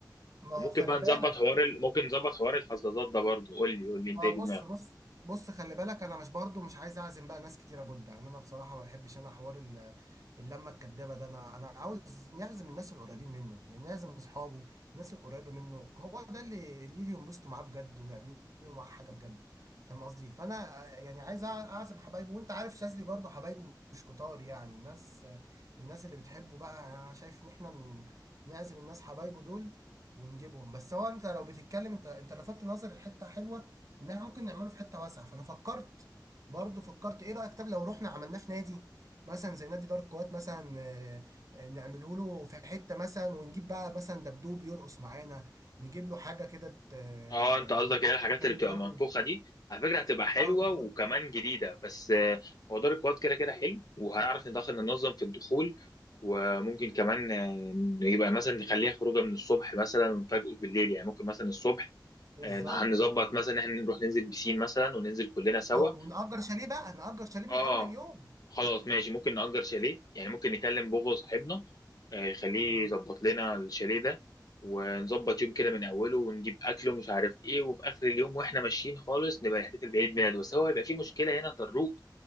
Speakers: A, on the right; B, on the left.
A: ما
B: وممكن
A: هو خلي
B: بقى نظبط
A: بالك
B: حوار ال... ممكن نظبط حوار الحظاظات ده برضه قول لي قول لي انت
A: ما
B: ايه
A: بص
B: في دماغك
A: بص بص خلي بالك انا مش برضو مش عايز اعزم بقى ناس كتيره بود يعني انا بصراحه ما بحبش انا حوار ال- اللمه الكدابه ده انا انا عاوز نعزم الناس القريبين منه يعني نعزم اصحابه الناس القريبه منه هو ده اللي اللي يجي ينبسطوا معاه بجد ويعملوا معاه حاجه بجد فاهم قصدي فانا آه، يعني عايز أع- اعزم حبايبه وانت عارف شاذلي برضو حبايبه مش كتار يعني الناس آه، الناس اللي بتحبه بقى انا شايف ان احنا ن- نعزم الناس حبايبه دول ونجيبهم بس هو انت لو بتتكلم انت انت لفتت نظر لحته حلوه ان احنا ممكن نعمله في حته واسعه فانا فكرت برضه فكرت ايه رايك طب لو رحنا عملناه في نادي مثلا زي نادي دار الكويت مثلا آه، آه، نعمله له في حته مثلا ونجيب بقى مثلا دبدوب يرقص معانا نجيب له حاجه كده ت- آه،
B: اه انت قصدك ايه الحاجات
A: تعمل
B: اللي بتبقى
A: جو.
B: منفوخه دي على فكره هتبقى حلوه
A: اه بالظبط
B: وكمان جديده بس آه، هو دار الكواد كده كده حلو وهنعرف ندخل ننظم في الدخول وممكن كمان آه، يبقى مثلا نخليها خروجه من الصبح مثلا ونفاجئه بالليل يعني ممكن مثلا الصبح
A: بالظبط
B: آه، هنظبط مثلا ان احنا نروح ننزل بسين مثلا وننزل كلنا سوا
A: اه ونأجر شاليه بقى نأجر شاليه من
B: اه
A: اول اليوم
B: خلاص ماشي ممكن نأجر شاليه يعني ممكن نكلم بوغو صاحبنا آه، يخليه
A: مم.
B: يظبط لنا الشاليه ده ونظبط يوم كده من اوله ونجيب اكل ومش عارف ايه وفي اخر اليوم واحنا ماشيين خالص نبقى نحتفل بعيد ميلاده بس هو هيبقى في مشكله هنا طروق